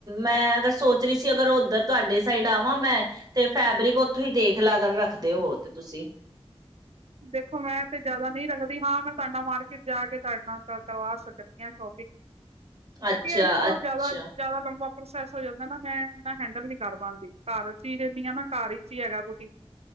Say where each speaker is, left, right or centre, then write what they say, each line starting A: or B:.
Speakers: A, on the right (about 35°); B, on the right (about 75°).
A: ਮੈਂ ਅਗਰ ਸੋਚ ਰਹੀ ਸੀ, ਅਗਰ ਓਧਰ ਤੁਹਾਡੇ ਸਾਈਡ ਆਵਾਂ ਮੈਂ ਤੇ ਫੈਬਰਿਕ ਉੱਥੋਂ ਹੀ ਦੇਖ ਲਾ ਕਰ ਰੱਖਦੇ ਹੋ ਤੇ ਤੁਸੀਂ
B: ਦੇਖੋ ਮੈਂ ਤੇ ਜਿਆਦਾ ਨਹੀਂ ਰੱਖਦੀ ਹਾਂ। ਮੈਂ ਤੁਹਾਡੇ ਨਾਲ ਮਾਰਕੀਟ ਜਾ ਕੇ ਤੁਹਾਡੇ ਨਾਲ ਕਰਵਾ ਸਕਦੀ ਹਾਂ ਸ਼ੋਪਿੰਗ ਕਿਉਂਕਿ
A: ਅੱਛਾ
B: ਇਹਨੂੰ ਬਹੁਤ
A: ਅੱਛਾ
B: ਜਿਆਦਾ ਜਿਆਦਾ ਲੰਬਾ ਪ੍ਰੋਸੈਸ ਹੋ ਜਾਂਦਾ ਨਾ, ਮੈਂ ਇਹਨਾ ਹੈਂਡਲ ਨਹੀ ਕਰ ਪਾਉਂਦੀ ਘਰ ਚ ਹੀ ਦਿੰਦੀ ਆ ਨਾ ਘਰ ਵਿਚ ਹੀ ਹੈਗਾ ਬੁਟੀਕ